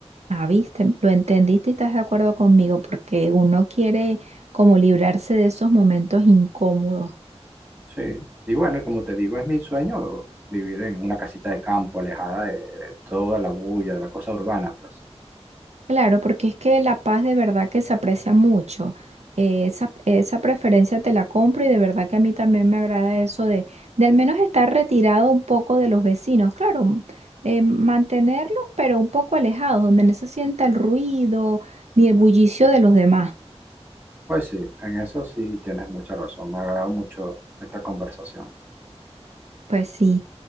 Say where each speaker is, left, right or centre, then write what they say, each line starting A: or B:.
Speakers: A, on the right; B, on the right.
A: Ah, viste, lo entendiste y estás de acuerdo conmigo porque uno quiere como librarse de esos momentos incómodos.
B: Sí, y bueno, y como te digo, es mi sueño vivir en una casita de campo, alejada de, de toda la bulla, de la cosa urbana, pues.
A: Claro, porque es que la paz de verdad que se aprecia mucho. Eh, esa, esa preferencia te la compro y de verdad que a mí también me agrada eso de, de al menos estar retirado un poco de los vecinos. Claro, m- eh, mantenerlos, pero un poco alejados, donde no se sienta el ruido ni el bullicio de los demás.
B: Pues sí, en eso sí tienes mucha razón. Me ha agradado mucho esta conversación.
A: Pues sí.